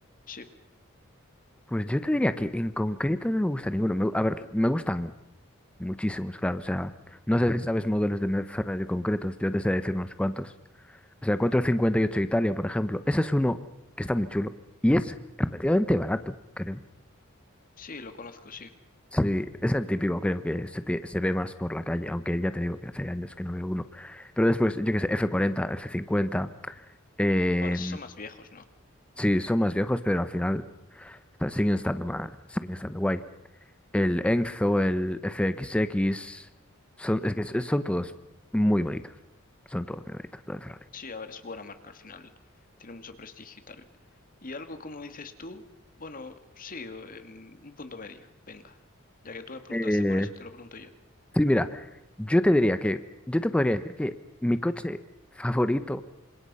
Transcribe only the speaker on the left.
Sí,
sí, lo conozco, sí.
Bueno, sí son más viejos, ¿no?
Sí, a ver, es buena marca al final. Tiene mucho prestigio y tal. Y algo como dices tú, bueno, sí, o, em, un punto medio. Venga. Ya que tú me preguntaste
por eso, te lo pregunto yo.